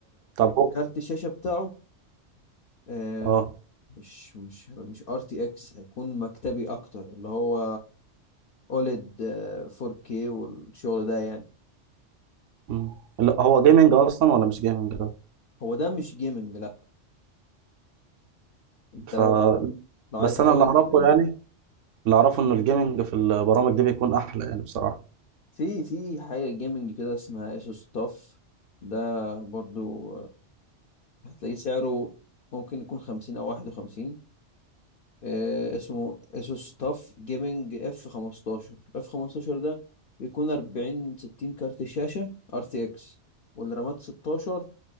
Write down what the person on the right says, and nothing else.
طب هو
اه
مم. لا هو جيمنج اصلا ولا مش جيمنج ده
ف
بس
انا اللي اعرفه
يعني اللي اعرفه ان الجيمنج في البرامج دي بيكون احلى يعني بصراحه